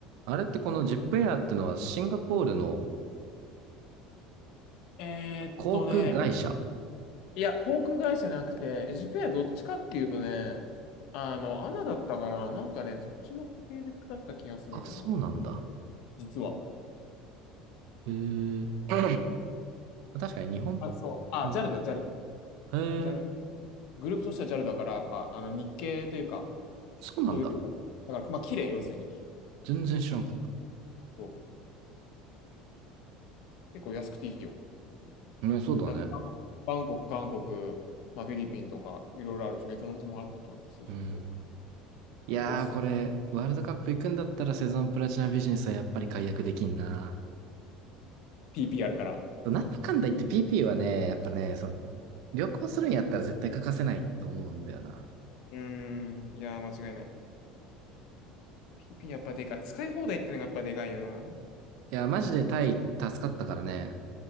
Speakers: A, on the right; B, on the left.
A: あれってこのジップエアってのはシンガポールの
B: えーっとね、
A: 航空会社
B: いや、航空会社じゃなくて、エジプエアどっちかっていうとね、あの、アナだったかななんかね、そっちの系列だった気がするんだよな。
A: あ、そうなんだ。
B: 実は。
A: へえ。確かに日本、
B: あ、そう。あ、
A: に
B: ジャルだ、ジャルだ。
A: へえ、
B: ジャルグ、ループとしてはジャルだから、やっぱ、あの、日系というか、
A: そうなんだ。
B: そういう系も。だから、まあ、綺麗、要するに。
A: 全然知らんかっ
B: そう。結構安くていいよ。
A: た。ね、そうだね。
B: なんか、バンコク、韓国、まあ、フィリピンとか、いろいろあるし、ベトナムともあったかなそうそうそう。
A: うん。いやー、
B: 結構おすすめ。
A: これ、ワールドカップ行くんだったらセゾンプラチナビジネスはやっぱり解約できんな。
B: PP あるから。
A: なんだかんだ言って PP はね、やっぱね、その、旅行するんやったら絶対欠かせないと思うんだよな。
B: うーん、いやー、間違いない。PP やっぱでかい。使い放題ってのがやっぱでかいよな。
A: いや、マジでタイ助かったからね。